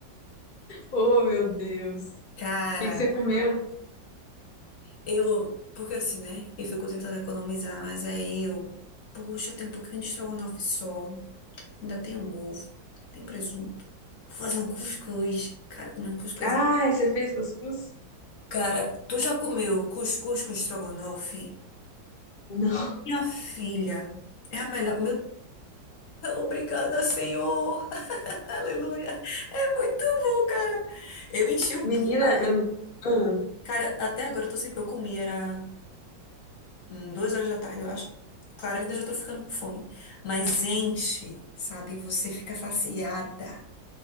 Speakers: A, on the left; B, on the left.
A: Oh, meu Deus. O
B: Cara,
A: que que você comeu?
B: eu, porque assim, né? Eu fico tentando economizar, mas aí eu, puxa, tem um pouquinho de estrogonofe só, ainda tem um ovo, tem presunto. Vou fazer um cuscuz. Cara, comer um cuscuz.
A: Ai, você fez cuscuz?
B: Cara, tu já comeu cuscuz com estrogonofe?
A: Não.
B: Minha filha, é a melhor. Meu, obrigada, Senhor. Aleluia. É muito bom, cara. Eu enchi o.
A: Menina,
B: bu- a-
A: eu... ah,
B: Cara, até agora eu tô sempre. Eu comi, era hum, duas horas da tarde, eu acho. Claro que eu já tô ficando com fome. Mas enche, sabe? Você fica saciada.